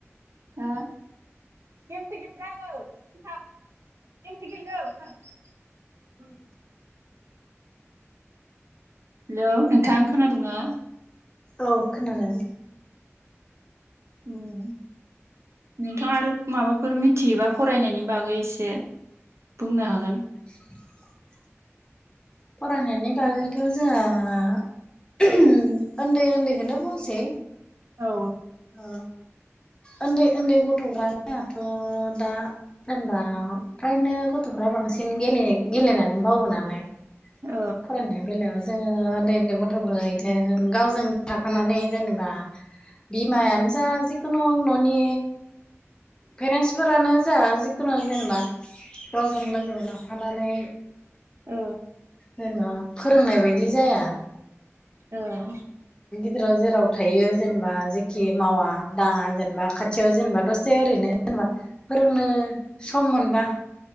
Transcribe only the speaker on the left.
औ खोनादों।
<inaudible> फरायनायनि बागैथ जों उन्दै उन्दैखौनो बुंसै
ओ उन्दै उन्दै गथ'फ्राथ जोंहाथ' दा जेनेबा फ्रायनो गथ'फ्रा बांसिन गेल गेलेनानै बावो नालाय
फरायनाय बेलायाव जोङो उन्दै उन्दै गथ'फोरा बिदि गावजों थाफानानै जेनेबा बा। बिमायानो जा। जिखुनु ननि पेरेन्टसफोरानो जा जिखुनु जेनेबा गावजों लोगो लाफानानै
जेनेबा फोरोंनाय बायदि जाया
गेराव जेराव थायो जेनेबा खि मावा दाङा जेनेबा खाथियाव जेनेबा दस दसे ओरैनो जेनेबा फोरोंनो सम मोनबा